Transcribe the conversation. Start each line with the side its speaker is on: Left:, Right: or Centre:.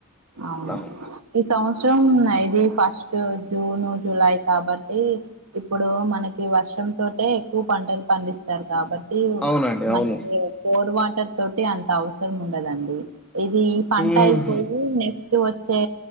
Right: అవును
Centre: అట్లాన
Right: ఈ సంవత్సరం ఇది ఫస్ట్ జూన్ జులై కాబట్టి ఇప్పుడు మనకి వర్షం తోటే ఎక్కువ పంటలు పండిస్త కాబట్టి
Centre: అవునండి
Right: మనకి
Centre: అవును
Right: బోరు వాటర్ తోటి అంత అవసరం ఉండదండి ఇది ఈ పంట
Centre: ఊహు
Right: అయిపోయి నెక్స్ట్ వచ్చే